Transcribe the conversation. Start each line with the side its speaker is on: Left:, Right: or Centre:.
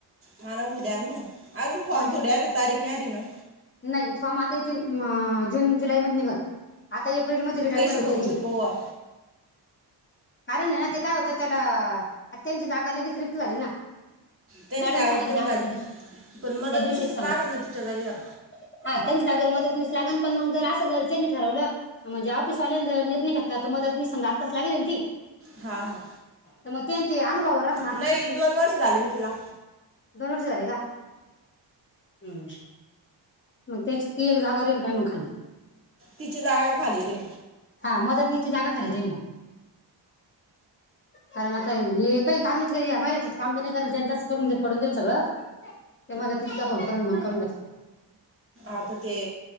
Right: हा ना उद्या ना मग अजून फॉर्म
Left: म्हणजे
Right: थोडे आले तारीख नाही आली ना
Left: नाही फॉर्म आता येथील म आ आ जून जुलै मधी निघल एप्रिल मधी रिटायमेंट
Right: पैसे
Left: होती
Right: भरून
Left: त्यांची
Right: घेऊ पोवा
Left: कारण हे ना ते काय होत त्याला आ त्यांची जागा लगेच रिक्त झाली ना.
Right: त्यांची
Left: मॅडम
Right: जागात
Left: सांगत होत्या
Right: कमी
Left: आम्हाला
Right: झाली
Left: त्या दिवशी
Right: पण मदतनीसच
Left: त्या दिवशीच सांग
Right: लागना तिच्या जागी यार
Left: हा त्यांच्या जागेवर मदतनीस लागण पण मग जर असं जर त्यांनी ठरवलं म्हणजे ऑफिसवाल्यांनी जर निर्णय घेतला त मदतनीस संग आत्ताच लागेल ना ती
Right: हा हा
Left: तर मग ते ते अनुभवावर राहत ना
Right: नाही दोन वर्ष झाले ना तिला
Left: दोन वर्ष झाले का हम् मग त्याची ती एक जागा रिकामी हाय मग खाली
Right: तिची जागा खाली रे
Left: हा मदतनीसची जागा खाली राहीन मग कारण आता हे काही काम नसलं या बायांच काम बी नाही जर त्यांचच करू देत पडून देईल सगळं त्या मदतनीसचा फोन करून मग करून घेत
Right: आता ते